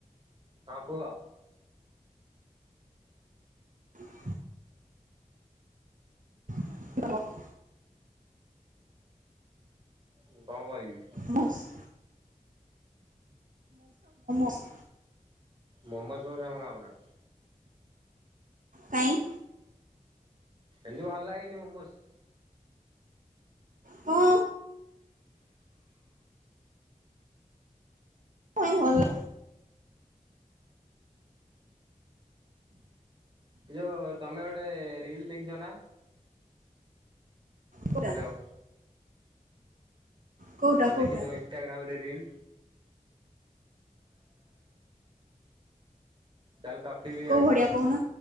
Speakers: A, on the right; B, on the right.
A: ହଁ କୁହ।
B: <inaudible> <unintelligible>
A: ମୁଁ କଁ କହିବି।
B: ମସ <unintelligible>
A: ମୋମୋ ସ୍ ଆମେ ଖାଉ ନା।
B: କାଇଁ।
A: ଏମତି ଭଲ ଲାଗେନି ମୋମୋସ୍।
B: କଁ କାଇଁ ଭଲ
A: ଏ ଯୋଉ ତମେ ଗୋଟେ ରିଲ ଦେଖିଛ ନା?
B: କୋଉଟା
A: ହ୍ୟାଲୋ।
B: କୋଉଟା
A: ତମେ
B: କୋଉଟା
A: ଦେଖିଥିବ ଇନ୍ଷ୍ଟା ଗ୍ରାମ ରେ ରିଲ। ଚାଲ କଫି ବି
B: କୋଉ
A: ଆଙ୍ଗେ
B: ଭଳିଆ କହୁନ